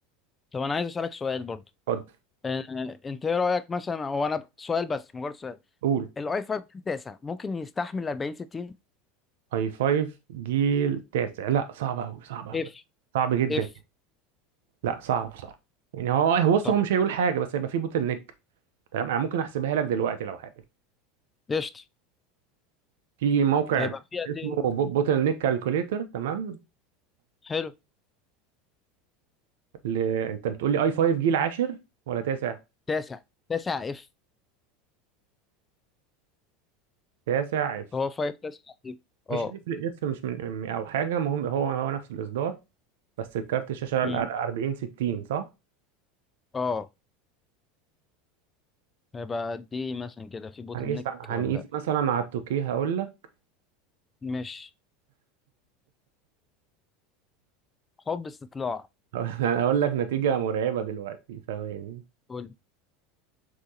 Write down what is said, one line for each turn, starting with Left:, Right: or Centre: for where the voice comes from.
Left: طب انا عايز اسالك سؤال برضو
Right: اتفضل
Left: آه، انت ايه رايك مثلا هو انا سؤال بس مجرد سؤال
Right: قول
Left: الاي 5 تاسع ممكن يستحمل 40 60
Right: اي 5 جيل تاسع لا صعب قوي صعب قوي
Left: اف
Right: صعب جدا
Left: اف
Right: لا صعب صعب يعني هو هو بص
Left: طب
Right: هو مش هيقول حاجه بس هيبقى في بوتل نيك تمام انا ممكن احسبها لك دلوقتي لو حابب
Left: قشطه
Right: في موقع
Left: هيبقى فيها
Right: اسمه
Left: دي
Right: بوتل نيك كالكوليتر تمام
Left: حلو
Right: ل... انت بتقول لي اي 5 جيل عاشر ولا تاسع
Left: تاسع تاسع اف
Right: تاسع
Left: هو 5 تسعة تقريبا.
Right: مش
Left: اه
Right: هيفرق اس مش من ام او حاجه المهم هو هو نفس الاصدار بس الكارت الشاشه ال
Left: امم
Right: 40 60 صح
Left: اه هيبقى قد ايه مثلا كده في بوتل
Right: هنقيس
Left: نيك
Right: هنقيس
Left: ولا لأ؟
Right: مثلا على التوكيه هقول لك
Left: مش حب استطلاع
Right: <laughs> هقول لك نتيجه مرعبه دلوقتي ثواني
Left: قول